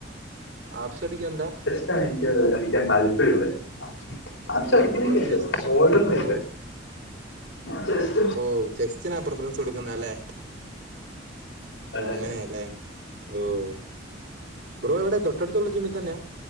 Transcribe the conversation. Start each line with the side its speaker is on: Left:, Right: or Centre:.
Right: ആഫ്സ് അടിക്കണ്ല്ല?
Left: അ അടിക്കാൻ താല്പര്യള്ളെ ആഫ്സ്
Right: ഓ
Left: അടിക്കണോന്നൊക്കെണ്ട്
Right: ബ്രോ ചെസ്
Left: ഷോൾഡർന്ടെ
Right: ഓ
Left: ജെസ്
Right: ഓഹ് ചെസ്റ്റിനാ പ്രിഫറൻസ് കൊടുക്കുന്ന അല്ലേ?
Left: അതെ
Right: ഓഹ് അങ്ങനെയാല്ലേ ഓഹ് ബ്രോ എവിടെ തൊട്ടടുത്തുള്ള ജിമ്മീത്തന്നെയാ